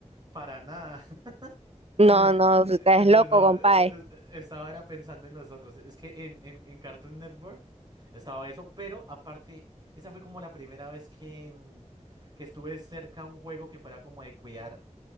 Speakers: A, on the right (about 35°); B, on the right (about 55°).
A: Para nada. <laughs>
B: No,
A: Entonces,
B: no, usted es loco,
A: no,
B: compadre.
A: eh, eh, eh, estaba era pensando en los otros. Es que en, en, en Cartoon Network estaba eso, pero aparte, esa fue como la primera vez que, mm, que estuve cerca a un juego que fuera como de cuidar